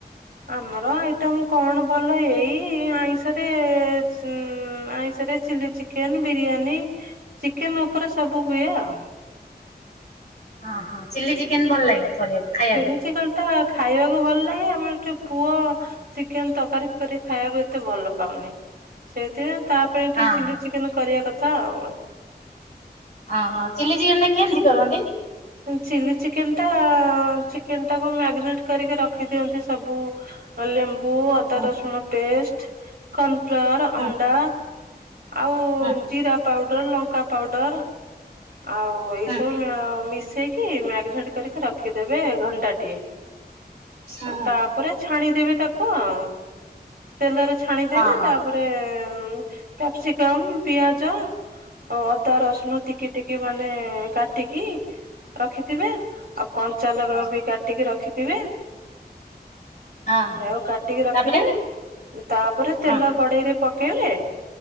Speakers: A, on the right; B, on the left.
A: ଆମର ଆଇଟମ୍ କଣ ଭଲ ଏଇ ଆଇଁଷରେ ଏ ଏ ଉଁ ଉଁ ଆଇଁଷରେ ଚିଲି ଚିକ୍ କେନ୍ ବିରିୟାନୀ ଚିକେନ ଉପରେ ସବୁ ହୁଏ ଆଉ।
B: ଓହୋ ଚିଲି ଚିକେନ୍ ଭଲ ଲାଗେ କରିବାକୁ? ଖାଇବାକୁ?
A: ଚିଲି ଚିକେନଟା ଖାଇବାକୁ ଭଲ ଲାଗେ ଆମର ହେଠୁ ପୁଅ ଚିକେନ ତରକାରୀ ଫକାରୀ ଖାଇବାକୁ ଏତେ ଭଲ ପାଉନି ସେଇଥିପାଇଁ ତା ପାଇଁ
B: ହଁ
A: ଟିକେ
B: ହଁ
A: ଚିଲି ଚିକେନ କରିବା କଥା ଆଉ।
B: ଅହ ଚିଲି ଚିକେନଟା କେମତି କରନ୍ତି?
A: ଚିଲି ଚିକେନଟା ଆ ଆ ଚିକେନଟାକୁ ମ୍ୟାଗନେଟ୍ କରିକି ରଖି ଦିଅନ୍ତି ସବୁ ହଁ ଲେମ୍ବୁ ଅଦାରସୁଣ
B: ହୁଁ
A: ପେଷ୍ଟ କର୍ଣ୍ଣଫ୍ଲୋର,
B: ହୁଁ
A: ଅଣ୍ଡା, ଆଉ
B: ହୁଁ
A: ଜିରା ପାଉଡ଼ର, ଲଙ୍କା ପାଉଡ଼ର ଆଉ ଏଇସବୁ
B: ହୁଁ
A: ମ୍ୟାଉଁ ମିଶେଇ କି ମ୍ୟାଗନେଟ କରିକି ରଖିଦେବେ ଘଣ୍ଟାଟିଏ
B: ହଁ
A: ତା ପରେ ଛାଣିଦେବେ ତାକୁ ଆଉଁ ତେଲରେ ଛାଣିଦେବେ
B: ହଁ ହଁ
A: ତାପରେ ପ୍ରେ ଏ ଏ ଅଁ କ୍ୟାପସିକମ୍, ପିଆଜ, ଆଉ ଅଦା, ରସୁଣ ଟିକି ଟିକି ମାନେ ଏ ଏ କାଟିକି ରଖିଥିବେ ଆଉ କଞ୍ଚାଲକା
B: ହଁ।
A: ବି କାଟି ଟିକେ ରଖିଥିବେ।
B: ହଁ ହଁ
A: ହେ ଆଉ କାଟିକି ରଖିଥିବେ
B: ତାପରେ
A: ତାପରେ ତେଲ
B: ହଁ
A: କଡ଼େଇରେ ପକ କେଇବେ